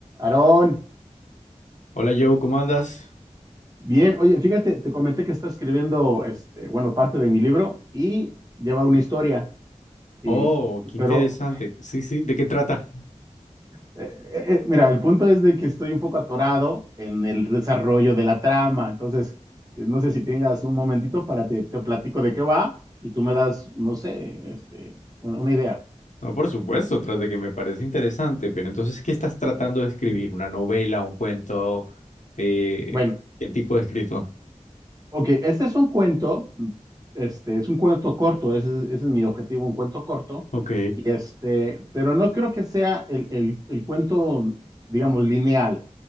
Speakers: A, on the right; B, on the left.
A: Aarón,
B: Hola Joe, ¿cómo andas?
A: bien, oye, fíjate, te comenté que está escribiendo, este, bueno, parte de mi libro y lleva una historia, y,
B: Oh, qué
A: pero,
B: interesante. Sí, sí, ¿de qué trata?
A: eh, eh, eh, mira, el punto es de que estoy un poco atorado en el desarrollo de la trama, entonces, eh, no sé si tengas un momentito para te, te platico de qué va y tú me das, no sé, este, una, una idea.
B: No, por supuesto, tras de que me parece interesante, pero entonces, ¿qué estás tratando de escribir? ¿Una novela, un cuento? Eh,
A: Bueno.
B: ¿qué tipo de escrito?
A: Ok, este es un cuento, este es un cuento corto, ese es, ese es mi objetivo, un cuento corto,
B: Ok,
A: y este, pero no creo que sea el, el, el cuento, digamos, lineal,